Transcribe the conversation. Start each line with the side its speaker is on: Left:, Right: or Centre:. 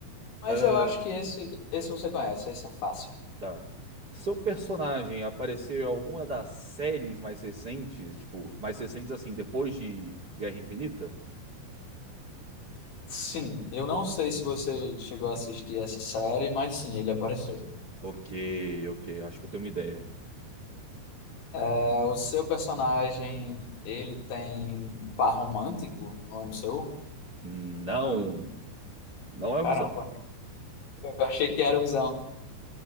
Left: Mas
Right: Ah,
Left: eu acho que esse, esse você conhece, esse é fácil.
Right: tá. Seu personagem apareceu em alguma das séries mais recentes, tipo, mais recentes assim, depois de Guerra Infinita?
Left: Sim, eu não sei se você chegou a assistir essa série, mas sim, ele apareceu.
Right: Ok, ok, acho que eu tenho uma ideia.
Left: É, o seu personagem, ele tem par romântico no MCU?
Right: Não, não é o
Left: Caramba,
Right: Visão.
Left: eu achei que era o visão.